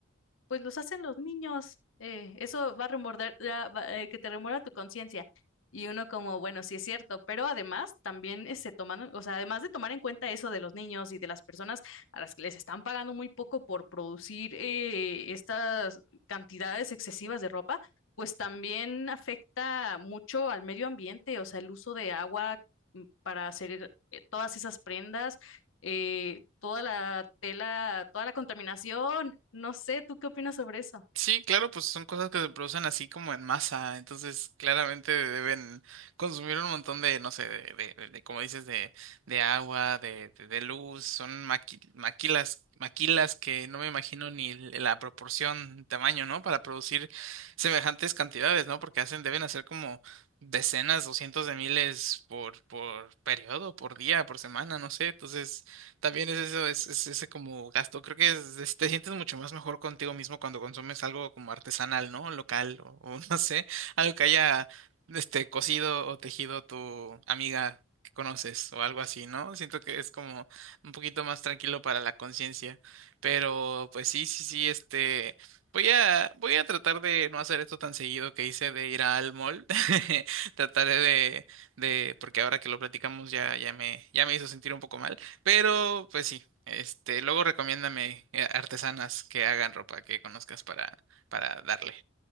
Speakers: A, on the left; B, on the right.
A: pues los hacen los niños. eh, eso va a remorder, ya va- eh, que te remuerda tu conciencia. Y uno como, bueno, sí es cierto, pero además también eh, se toman, o sea, además de tomar en cuenta eso de los niños y de las personas a las que les están pagando muy poco por producir eh, estas cantidades excesivas de ropa, pues también afecta mucho al medio ambiente, o sea, el uso de agua mm, para hacer eh, todas esas prendas eh, toda la tela, toda la contaminación. No sé, ¿tú qué opinas sobre eso?
B: Sí, claro, pues son cosas que se producen así como en masa, entonces claramente deben consumir un montón de, no sé, de, de- de- de, como dices, de, de agua, de, de, de luz, son maqui- maquilas, maquilas que no me imagino ni l- la proporción, tamaño, ¿no? Para producir semejantes cantidades, ¿no? Porque hacen, deben hacer como decenas o cientos de miles por, por periodo, por día, por semana, no sé, entonces también es eso, es, es ese como gasto. Creo que es- es- te sientes mucho más mejor contigo mismo cuando consumes algo como artesanal, ¿no? Local o, o <laughs> no sé, algo que haya este cosido o tejido tu amiga que conoces o algo así, ¿no? Siento que es como un poquito más tranquilo para la conciencia. Pero pues sí, sí, sí, este voy a voy a tratar de no hacer esto tan seguido que hice de ir al mall. <laughs> Trataré de de porque ahora que lo platicamos ya ya me ya me hizo sentir un poco mal. Pero, pues sí, este, luego recomiéndame eh, artesanas que hagan ropa que conozcas para, para darle.